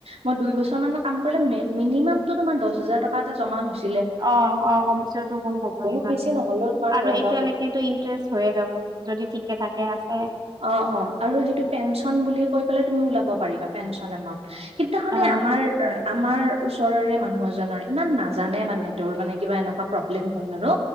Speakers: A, on the right; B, on the right.
A: মই দুই
B: উম
A: বছৰ মান কাম কৰিলে মিনিমামটো তোমাৰ দচ হেজাৰ টকা এটা জমা হৈছে।
B: অহ - অহ কমিছনটো কম হ'বয়ে
A: বহুত
B: আৰু
A: বেছি নহ'লেও তোমাৰ ধৰা
B: এতিয়ালৈকো
A: দহ
B: ইন্টাৰেষ্ট হৈয়ে যাব। যদি ঠিকে থাকে আছে।
A: অহ - অহ আৰু সেইটো পেন পেঞ্চন বুলি কৈ পেলাই তুমি ওলাব পাৰিবা পেঞ্চন এমাউন্ত সেইদনাখনে
B: অ
A: আমাৰ আমাৰ ওচৰৰে মানুহ এজনৰ ইমান নাজানে মানে তেওঁৰ মানে কিবা এনেকুৱা প্ৰব্লেম হ'ল আৰু